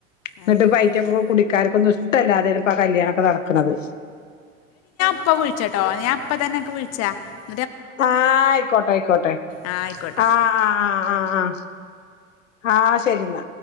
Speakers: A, on the left; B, on the left.
A: എന്നിട്ട്
B: അതന്നെയാണ്
A: ബൈക്ക് കൂ കുടിക്കാനൊക്കെ ന്ന് ഇഷ്ടല്ലാതെണ് ഇപ്പോ കല്യാണൊക്കെ നടക്കുന്നത്
B: ഇപ്പം വിളിച്ചട്ടോ ഞാൻ ഇപ്പ തന്നെ അൻക്ക് വിള്ച്ച
A: ആ ആയിക്കോട്ടെ ആയിക്കോട്ടെ
B: ആ ആയിക്കോട്ടെ
A: ആഹ് ആഹ് ആഹ് ആ ശെരിന്ന